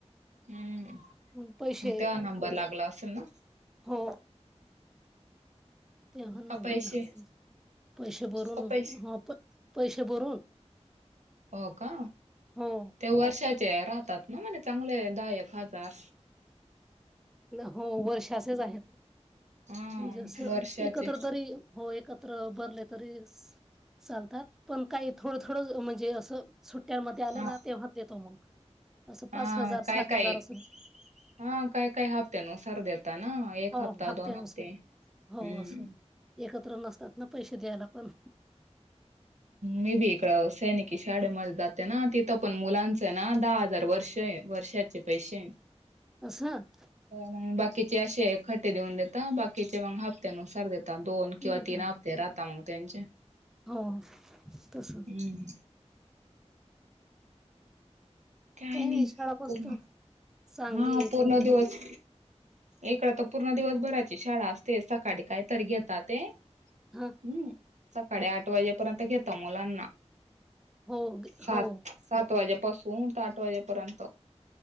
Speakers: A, on the right; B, in the centre.
A: हम्म.
B: हं पैसे.
A: मग तेव्हा नंबर लागला असेल ना
B: हो. तेव्हा नंबर
A: का पैसे
B: लागतो. पैसे भरून.
A: का पैसे?
B: ह पैसे भरून
A: हो का?
B: हो
A: त्या वर्षात राहतात ना. म्हणे चांगले दायक हाजार.
B: हो वर्षाचेच आहेत.
A: हा
B: म्हणजें
A: वर्षाचे
B: एकत्र तरी हो एकत. ्र बरले तरी चालतात पण काही थोडं थोडं म्हणजे असं. सुट्ट्यांमध्येध्ये आले
A: हा
B: ना तेव्हा देतो मग असं पाच
A: हा
B: हजार
A: काय
B: सहा
A: काय
B: हजार असं.
A: हा काय काय हापते न सरदे येतता ना. एक
B: हो
A: हप्ता
B: हप्त्यानुसार
A: दोन हप्ते हम्म.
B: हो असं एकत्र नसतात ना पैसे द्यायला पण
A: मे बी इकडं सैनिकी शाळेमध्येध्ये जाते ना तिथं पण मुलांचं आहे ना दहा हजार वर्ष आहे. वर्षाचे पैसे
B: असस
A: मग बाकीचे असे खट्टे देऊन देता बाकीचे मग हप्त्यानुसार देत. दोन किंवा
B: देत
A: तीन हप्ते राहता मग त्यांचे
B: हो तस.
A: हम्म काय
B: काही
A: नाही
B: शाळा मस्त
A: पूर्ण
B: चांगली
A: हा
B: आहे
A: पूर्ण
B: तिथे
A: दिवस
B: पण
A: इकड तर पूर्ण दिवसभराची शाळा असते सकाळी कायतरी घेतात ते
B: हम
A: हम् सकाळी आठ वाजेपर्यंत घता मुलांना
B: हो ग-
A: सात
B: हो
A: सात स वाज्यापासून आठ वाजेपर्यंत